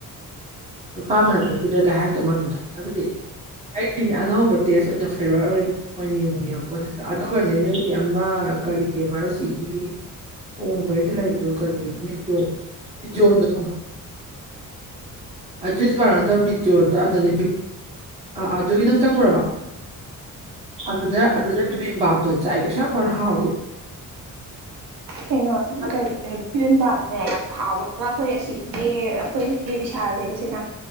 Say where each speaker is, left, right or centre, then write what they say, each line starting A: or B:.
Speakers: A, on the right; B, on the right.
A: ꯅꯨꯄꯥ ꯃꯜ ꯆꯈꯤꯗ꯭ꯔꯦꯒ ꯍꯥꯏꯔꯛꯇꯧ ꯃꯥꯟꯕꯗꯣ ꯍꯥꯏꯕꯗꯤ ꯑꯩꯗꯨꯗꯤ ꯑꯅꯧꯕ ꯇꯦꯁ ꯑꯣꯏꯅ ꯐ꯭ꯂꯦꯚꯔ ꯑꯣꯏꯅ ꯑꯣꯏꯅꯤꯡꯉꯦꯕ ꯄꯣꯠꯁꯤ ꯑꯗꯨꯒꯅꯦ ꯅꯣꯏꯒꯤ ꯑꯃ ꯀꯔꯤꯑꯕ ꯁꯤꯒꯤ ꯀꯣꯡꯕꯏꯇ ꯂꯩꯕꯤꯖꯣ ꯀꯔꯤ ꯃꯤꯖꯖꯗ ꯑꯖꯤ ꯄꯔꯅꯗ ꯃꯤꯃꯤ ꯔꯗ ꯑꯗꯨꯅꯤ ꯑꯥ ꯑꯗꯨꯒꯤ ꯅꯪ ꯆꯪꯉꯨꯔꯕ ꯑꯗꯨꯗ ꯑꯗꯨꯗ ꯄꯤꯕꯤ ꯕꯥꯕ ꯇ ꯆꯥꯏ ꯀꯁꯅ ꯍꯥꯎ
B: ꯀꯩꯅ
A: ꯑꯗ
B: ꯀꯔꯤ ꯏꯔꯝꯕꯥꯝꯅꯦ ꯌꯥꯝ ꯍꯥꯎꯕ ꯑꯃ ꯑꯩꯈꯣꯏ ꯑꯁꯤꯒꯤ ꯑꯩꯈꯣꯏꯒꯤ ꯕꯤꯚꯤꯁꯥꯜ ꯂꯩꯕꯕꯁꯤꯦꯅ